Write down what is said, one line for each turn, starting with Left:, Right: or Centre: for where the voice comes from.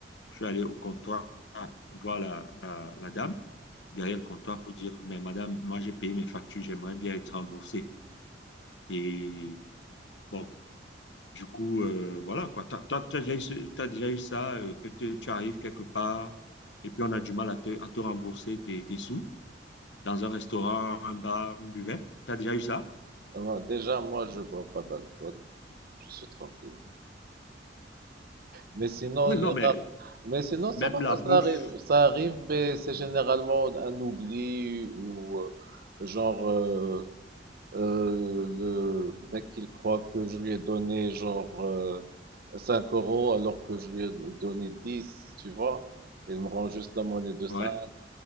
Left: Je suis allé au comptoir voir la, la, la dame derrière le comptoir pour dire, mais madame, moi j'ai payé mes factures, j'aimerais bien être remboursé. Et bon, Du coup, euh, voilà, quoi. T'as, toi, t'as déjà eu, ce- t'as déjà eu ça, euh, que te- tu arrives quelque part et puis on a du mal à te, à te rembourser tes, tes sous dans un restaurant, un bar, une buvette. T'as déjà eu ça?
Right: Alors, déjà, moi, je bois pas d'alcool. Je suis tranquille. Mais sinon,
Left: Oui,
Right: les
Left: non, mais
Right: rares... Mais sinon, ça
Left: même
Right: va,
Left: la bouffe,
Right: ça arrive. Ça arrive, mais c'est généralement un oubli ou euh, genre, euh, euh, le mec il croit que je lui ai donné genre euh, 5 euros alors que je lui ai donné dix tu vois. Il me rend juste la monnaie de cinq
Left: ouais,